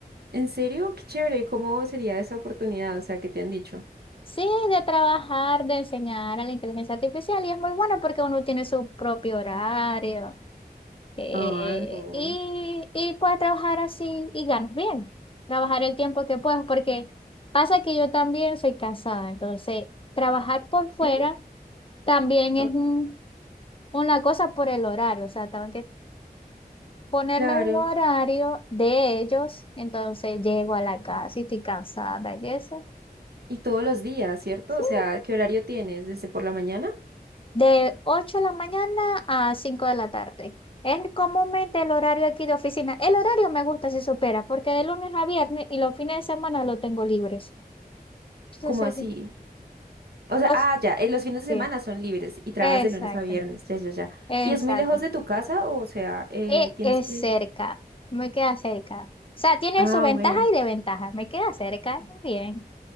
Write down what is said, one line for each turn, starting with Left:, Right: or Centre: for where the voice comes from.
Right: ¿En serio? Qué chévere. ¿Y cómo sería esa oportunidad? O sea, ¿qué te han dicho?
Left: Sí, de trabajar, de enseñar a la inteligencia artificial y es muy bueno porque uno tiene su propio horario eh,
Right: Ah, no.
Left: y, y puede trabajar así y ganas bien, trabajar el tiempo que puedas porque pasa que yo también soy casada, entonces trabajar por fuera
Right: ¿Sí?
Left: también es
Right: Ah,
Left: un- una cosa por el horario, o sea, tengo que ponerme
Right: Claro.
Left: un horario de ellos, entonces llego a la casa y estoy cansada y eso.
Right: Y todos los días, ¿cierto?
Left: Sí.
Right: O sea, ¿qué horario tienes? ¿Desde por la mañana?
Left: De 8 de la mañana a 5 de la tarde. Es comúnmente el horario aquí de oficina. El horario me gusta si supera, porque de lunes a viernes y los fines de semana lo tengo libres. Entonces,
Right: ¿Cómo así?
Left: es-
Right: O sea,
Left: os-
Right: ah, ya, eh, los fines de
Left: sí,
Right: semana son libres y trabajas
Left: exacto,
Right: de lunes a viernes, ya, ya, ya.
Left: exacto.
Right: ¿Y es muy lejos de tu casa? O sea, eh,
Left: E-
Right: tienes
Left: es
Right: que...
Left: cerca, me queda cerca. O sea, tiene
Right: Ah,
Left: su ventaja
Right: bueno.
Left: y desventaja. Me queda cerca, bien.